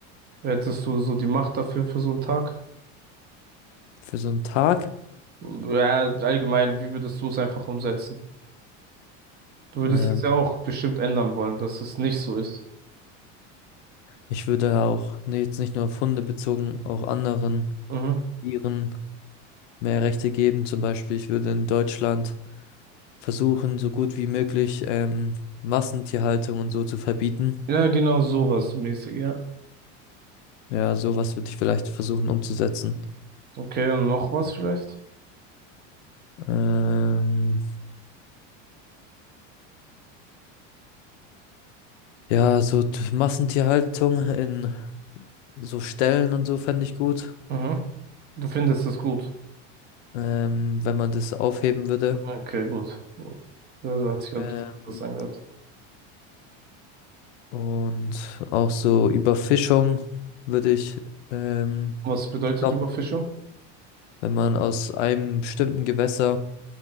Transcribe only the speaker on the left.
für so einen Tag.
Ähm,
ich würde auch, nee, jetzt nicht nur auf Hunde bezogen, auch anderen.
Tieren mehr Rechte geben. Zum Beispiel, ich würde in Deutschland versuchen, so gut wie möglich ähm, Massentierhaltung und so zu verbieten.
Ja, sowas würde ich vielleicht versuchen umzusetzen.
Ähm, ja, so t- Massentierhaltung in so Ställen und so fände ich gut,
ähm, wenn man das aufheben würde.
Ähm,
und auch so Überfischung würde ich ähm,
stoppen,
wenn man aus einem bestimmten Gewässer